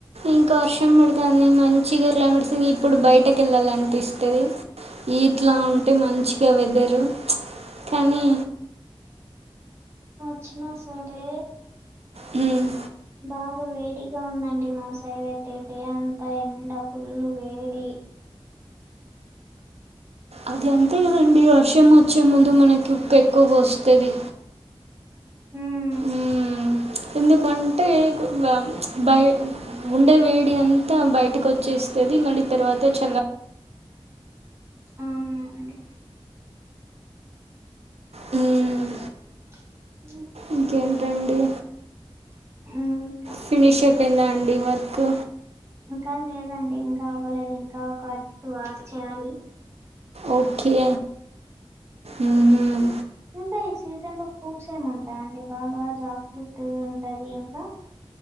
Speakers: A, on the right; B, on the right.
A: ఇంకా వర్షం పడితే అన్ని మంచిగా లవర్స్కీ ఇప్పుడు బయటకి వెళ్ళాలి అనిపిస్తాది. ఇట్లా
B: అవును
A: ఉంటే మంచిగా వెదరు కానీ
B: వచ్చిన సరే
A: హ్మ్
B: బాగా వేడిగా ఉందండి. మా సైడ్ అయితే డే అంతా ఎండ ఫుల్ వేడి. <inaudible>
A: అది అంతే కదండి వర్షం వచ్చే ముందు మనకి ఊక్క ఎక్కువ పోస్తాది.
B: మ్
A: మ్ ఎందుకంటే ప్చ్ ఉండే వేడి అంతా బయటకు వచ్చే స్తాది మళ్ళీ తర్వాత చల్ల
B: అవునండి
A: మ్
B: <inaudible>
A: ఇంకేంటండి
B: మ్
A: ఫినిష్ అయిపోయిందా అండి వర్క్.
B: ఇంకా లేదండి ఇంకా అవ్వలేదు ఇంకా ఒక్కట్టు వార్చేయాలి.
A: ఓకే మ్మ్.
B: ఇంకా ఈ సీతండి ఫ్రూట్స్ ఏమి ఉంటాయి అండి బాగా జాక్ ఫ్రుట్ ఉంటాది ఇంకా